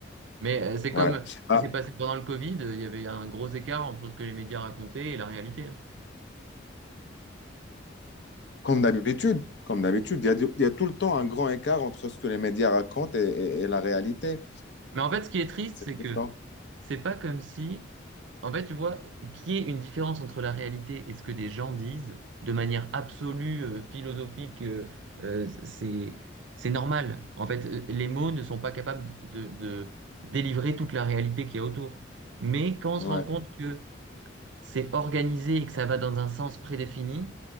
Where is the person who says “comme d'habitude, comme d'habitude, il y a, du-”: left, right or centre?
Left